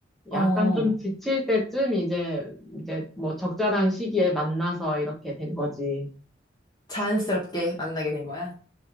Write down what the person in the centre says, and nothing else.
약간 좀 지칠 때쯤 이제, 이제 뭐 적절한 시기에 만나서 이렇게 된 거지.